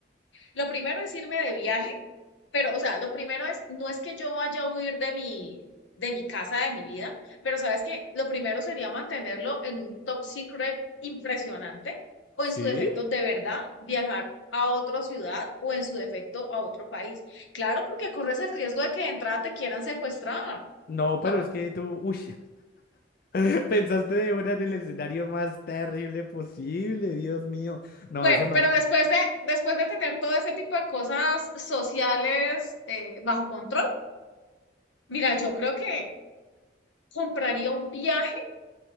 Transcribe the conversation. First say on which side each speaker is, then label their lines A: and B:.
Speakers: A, on the left (about 80°); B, on the left (about 50°).
A: lo primero es irme de viaje Pero, o sea, lo primero es, no es que yo vaya a huir de mi, de mi casa, de mi vida, pero sabes que lo primero sería mantenerlo en un top secret impresionante o
B: ¿Sí?
A: en su defecto de verdad viajar a otra ciudad o en su defecto a otro país. Claro, porque corres el riesgo de que de entrada te quieran secuestrar,
B: No,
A: ¿no?
B: pero es que tú, uy, <laughs> pensaste de una en el escenario más terrible posible, Dios mío. No,
A: Bueno,
B: eso no.
A: pero después de, después de tener todo ese tipo de cosas sociales eh, bajo control, mira, yo creo que compraría un viaje